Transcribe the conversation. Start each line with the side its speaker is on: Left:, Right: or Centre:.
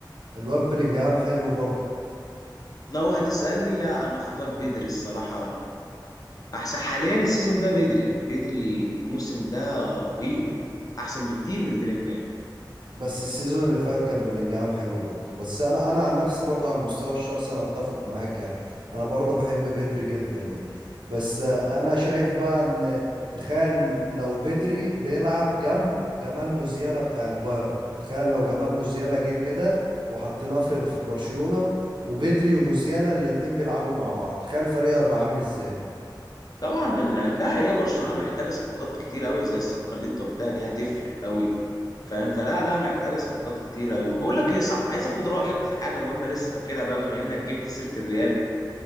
Right: الواد بلينجهام حلو برضه
Left: لو هتسألني لا انا اختار بدري الصراحه احسن حاليا السيزون ده بدري بدري الموسم ده رهيب احسن بكتير من بلينجهام
Right: بس السيزون اللي فات كان بلينجهام حلو برضه بس انا انا عن نفسي برضه على المستوى الشخصي انا اتفق معاك يعني انا برضه بحب بدري جدا يعني بس آه، انا شايف بقى ان تخيل لو بدري بيلعب جنب جمال موزيالا بتاع البايرن تخيل لو جمال موزيالا جه كده وحطيناه في في برشلونة وبدري وموزيالا الاتنين بيلعبوا مع بعض تخيل الفريق هيبقى عامل ازاي
Left: طبعا إن- لا هي برشلونة محتاجة صفقات كتير قوي زي الصفقة اللي انت قلتها دي هتفرق قوي فاهم فلا لا محتاجة صفقات كتير قوي بقول لك ايه صح عايز اخد رأيك في حاجة مهمة لسه فاكرها بقى بما انك جبت سيرة الريال